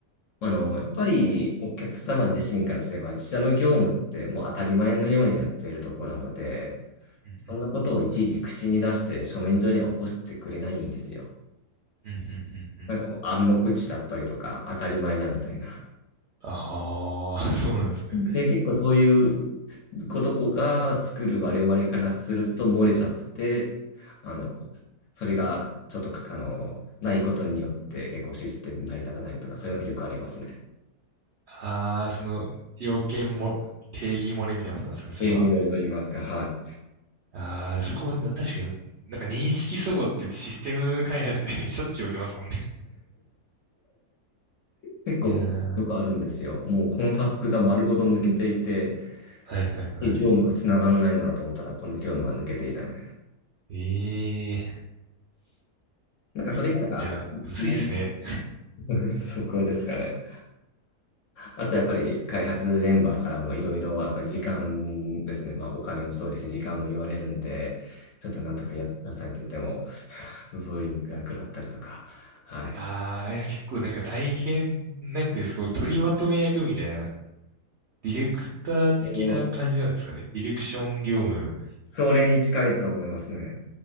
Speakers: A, on the left; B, on the right.
A: う。あの、やっぱりお客様自身からすれば、自社の業務ってもう当たり前のようにやっているところなので、
B: う
A: そんなことをいちいち口に出して書面上には起こしてくれないんですよ。
B: んうんうんうんうん。
A: なんかもう暗黙知だったりとか当たり前じゃんみたいな。
B: ああ、<laughs> そうなんですね。
A: うんで、結構そういうことこが作る我々からすると漏れちゃってて、あの、それがちょっとか、あの、ないことによって結構システム成り立たないとかそういうのがよくありますね。
B: ああー、その要件も、定義漏れみたいなことなんですかね、それは。
A: 営業になると言いますか、はい。
B: ああ、そこもな、確かに、なんか認識齟齬ってシステム開発で <laughs> しょっちゅう起きますもんね。
A: 結構よくあるんですよ。
B: いやー、
A: もうこのタスクが丸ごと抜けていて、
B: はいはいは
A: で業務がつながんないだろうと思ったらこの業務が抜けていたみたいな。
B: い。ええー、
A: なんかそれがなんか、
B: 結構じゃあ、むずいっすね。
A: うん <laughs> そこですかね。あとやっぱり開発メンバーからもいろいろやっぱり時間ですね。まあお金もそうですし、時間も言われるんで、ちょっとなんとかやってくださいって言っても、<laughs> ブーイングが食らったりとか。はい。
B: ああー、いや、結構なんか大変なんですか、取りまとめ役みたいな、ディレクター的な感じなんですかね。
A: そう
B: ディレクション業務。
A: それに近いと思いますね。